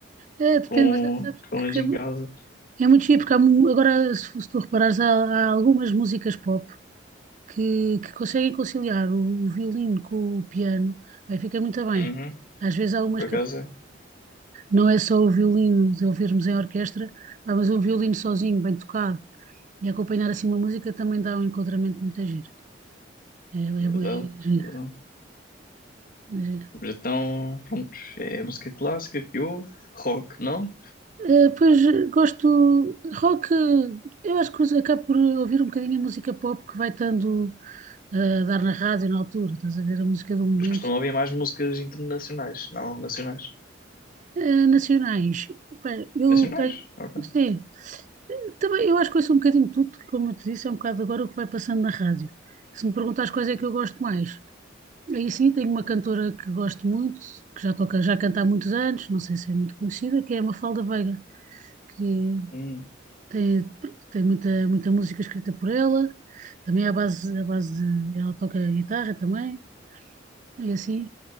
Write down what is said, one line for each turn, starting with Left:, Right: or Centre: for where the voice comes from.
Right: é, depende,
Left: Com,
Right: mas sabes
Left: pelo menos
Right: que
Left: em
Right: é, mu-
Left: casa.
Right: é muito giro, porque há mu- agora, se, se tu reparares, há, há algumas músicas pop que, que conseguem conciliar o, o violino com o piano, bem, fica muito bem.
Left: Uhum.
Right: Às vezes há umas
Left: Por
Right: que
Left: acaso
Right: ap-
Left: é.
Right: Não é só o violino de ouvirmos em orquestra, pá, mas um violino sozinho, bem tocado, e acompanhar assim uma música também dá um enquadramento muito giro. É, é,
Left: Verdade,
Right: é giro,
Left: verdade.
Right: é giro.
Left: Mas então, pronto. É música clássica que ouve, rock, não?
Right: Eh, pois eh, gosto rock, eh, eu acho que uso- acabo por ouvir um bocadinho a música pop que vai estando eh, a dar na rádio na altura, estás a ver a música do momento.
Left: Mas costumam ouvir mais músicas internacionais, não nacionais.
Right: Eh, nacionais, pá, eu
Left: Nacionais?
Right: tenho,
Left: Ok.
Right: sim, também eu acho que ouço um bocadinho de tudo, que, como eu te disse, é um bocado agora o que vai passando na rádio. Se me perguntares quais é que eu gosto mais, Aí sim, tenho uma cantora que gosto muito, que já toca, já canta há muitos anos, não sei se é muito conhecida, que é a Mafalda Veiga, que
Left: Hum.
Right: tem, pronto, tem muita, muita música escrita por ela, também é à base, à base de, ela toca guitarra também, e assim,